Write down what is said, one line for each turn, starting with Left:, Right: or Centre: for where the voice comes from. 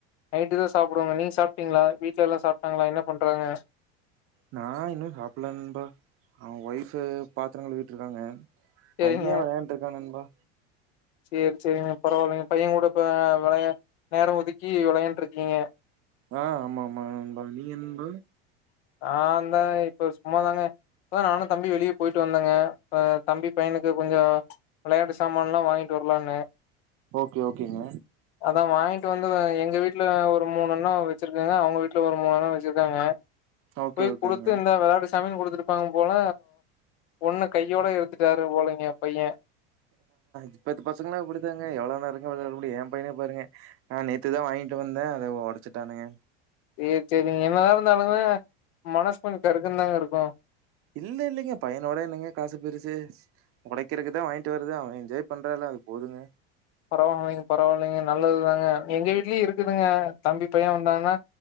Left: நைட்டு தா சாப்டுவங்க நீங்க சாப்ட்டீங்ளா வீட்ல எல்லா சாப்ட்டாங்களா என்ன பண்றாங்க
Right: நா இன்னும் சாப்புல நண்பா அவுங்க ஒய்ஃப்பு பாத்துரங்கழுவிட்ருக்காங்க
Left: சேரிங்க.
Right: பைய வெளயாண்ட்ருக்கா நண்பா
Left: சேரி சேரிங்க பரவால்லங்க பையங்கூட இப்ப வெளையா நேரம் ஒதுக்கி வெளையாண்ட்ருக்கீங்க
Right: அ ஆமாமா நண்பன் நீங்க நண்பன்
Left: ஆ அந்தா இப்ப சும்மாதாங்க இப்ப தா நானும் தம்பியு வெளிய போயிட்டு வந்தங்க அ தம்பி பையனுக்கு கொஞ்சோ விளயாட்டு சாமான்ல்லா வாய்ங் ட்டுர்லான்னு
Right: ஓகே ஓகேங்க
Left: அதா வாங்கிட்டு வந்து அ எங்க வீட்ல ஒரு மூணுநா வச்சிருக்கங்க அவுங்க வீட்ல ஒரு மூணுநா வச் சுருக்காங்க
Right: ஓகே
Left: போய்
Right: ஓகேங்க
Left: குடுத்து இந்தா வெளாடு சாமின் குடுத்துரு ப்பாங்க போல ஒண்ணு கையோட எடுத்துட்டாரு போலங்க பைய
Right: இப்பத்து பசங்களாம் இப்பிடித்தாங்க எவ்ளோ நேரங்க விளயாடவே முடியும் ஏன் பையனே பாருங்க அ நேத்துதா வாங்கிட்டு வந்த அத ஒடச்சுட்டானுங்க
Left: ம் செரிங்க என்னதா இருந்தாலுமே மனசு கொஞ்சம் கருக்குன் தாங்க இருக்கும்
Right: இல்ல இல்லீங்க பையனோட என்னங்க காசு பெருசு ஒடைக்கிறதுக்குதா வாய்ங்ட்டு வர்றது அவ என்ஜாய் பண்றால அது போதுங்க
Left: பரவால்லைங்க பரவால்லைங்க நல்லதுதாங்க எங்க வீட்லயும் இருக்குதுங்க தம்பி பைய வந்தான்னா